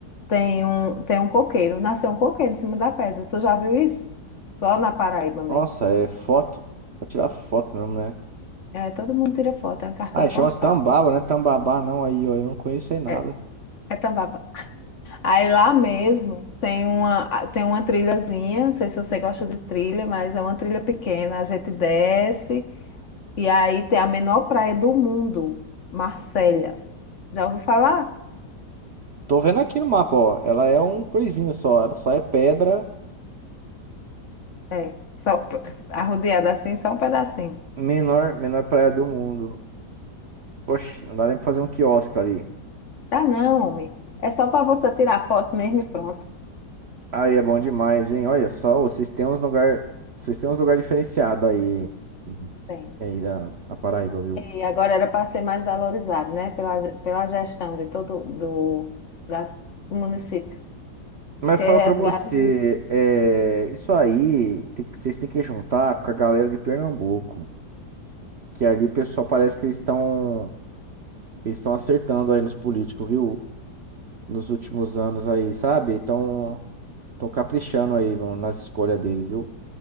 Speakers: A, on the left; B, on the right.
A: tem um, tem um coqueiro, nasceu um coqueiro em cima da pedra. Tu já viu isso? Só na Paraíba mesmo.
B: Nossa, é foto. Pra tirar foto mesmo, né?
A: É, todo mundo tira foto, é um cartão
B: Ah,
A: postal.
B: chama Tambaba, né? Tambabá não, aí, ó, eu não conheço aí nada.
A: É, é Tambaba. Aí lá mesmo tem uma, tem uma trilhazinha, não sei se você gosta de trilha, mas é uma trilha pequena. A gente desce e aí tem a menor praia do mundo, Marselha. Já ouviu falar?
B: Tô vendo aqui no mapa, ó. Ela é um coisinho só. Ela só é pedra,
A: É, só p- arrodeada assim, só um pedacinho.
B: menor, menor praia do mundo. Poxa, não dá nem pra fazer um quiosque ali.
A: Tá não, homem. É só para você tirar foto mesmo e pronto.
B: Aí é bom demais, hein? Olha só, vocês têm uns lugar, vocês têm uns lugar diferenciado aí, Uhum.
A: Tem.
B: aí da, da Paraíba, viu?
A: E agora era para ser mais valorizado, né? Pela, pela gestão de todo do, das, do município.
B: Mas
A: Tem
B: fala pra você,
A: lugares.
B: é, isso aí, tem que- vocês têm que juntar com a galera de Pernambuco, que ali o pessoal parece que eles estão, eles estão acertando aí nos políticos, viu? Nos últimos anos aí, sabe? Estão, estão caprichando aí no- nas escolhas deles, viu?